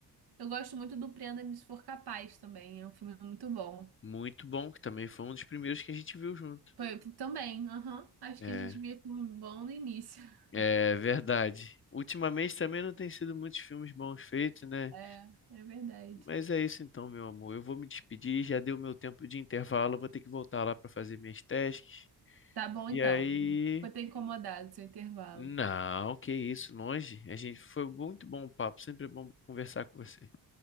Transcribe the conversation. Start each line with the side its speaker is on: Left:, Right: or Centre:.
Right: Eu gosto muito do Prenda-me se for capaz também. É um filme muito bom.
Left: Muito bom, que também foi um dos primeiros que a gente viu junto.
Right: Foi também, aham. Acho
Left: É,
Right: que a gente via filme bom no início. <laughs>
Left: é verdade. Ultimamente também não tem sido muitos filmes bons feitos, né?
Right: É, é verdade.
Left: Mas é isso então, meu amor. Eu vou me despedir, já deu meu tempo de intervalo, eu vou ter que voltar lá para fazer minhas testes.
Right: Tá bom,
Left: E
Right: então.
Left: aí.
Right: Vou ter incomodado seu intervalo.
Left: Não, que isso, longe. A gente foi muito bom o papo, sempre é bom conversar com você,